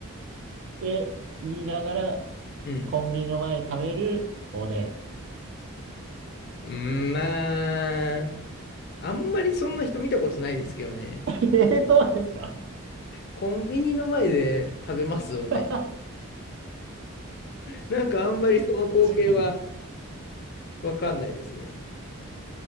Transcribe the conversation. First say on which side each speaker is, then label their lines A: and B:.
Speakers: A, on the right; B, on the left.
A: って言いながら、
B: うん。
A: コンビニの前で食べるおでん。
B: うん、まあ、あんまりそんな人見たことないですけどね。
A: <laughs> えー、そうですか
B: コンビニの前で食べます、おでん。
A: <laughs> 確
B: なんかあんまりその光景は
A: かに。
B: わかんないですね。